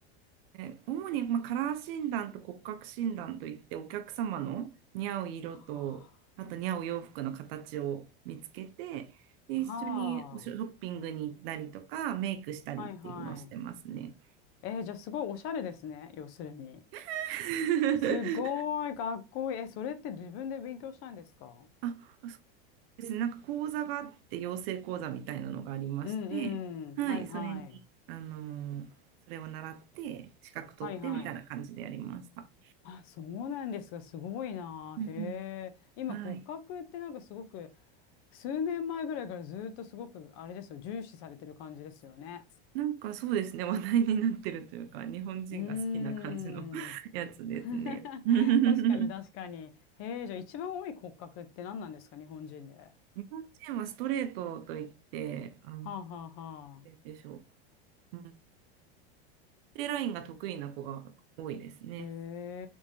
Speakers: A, on the right; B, on the left.
A: え主に、まあ、カラー診断と骨格診断といってお客様の似合う色とあと似合う洋服の形を見つけてで一緒におショッピングに行ったりとかメイクしたりっていうのをしてますね。
B: はあ、はあはいはい。えーじゃあすごいおしゃれですね、要するに。
A: <laughs>
B: すごいかっこいい。え、それって自分で勉強したんですか
A: あ、ですね、なんか講座があって、養成講座みたいなのがありまして、
B: うんうん。
A: はい、
B: はいはい。
A: それに、あのーそれを習って、資格取ってみたいな感じでやりました。
B: はいはい。あ、そうなんですが、すごいな。
A: うんうん
B: へえ。今骨格ってなんかすごく
A: はい。
B: 数年前ぐらいからずっとすごく、あれですよ、重視されてる感じですよね。
A: なんかそうですね、話題になってるというか、日本人が好きな感じの
B: うーん。
A: <laughs> やつですね。
B: <laughs>
A: <laughs> 日
B: 確かに確かに。へえ、じゃあ一番多い骨格って何なんですか、日本人で。は
A: 本人はストレートといって、あの、なんて
B: あはあは
A: 言うんでしょう。
B: あ。
A: うん、縦ラインが得意な子が多いですね。
B: へ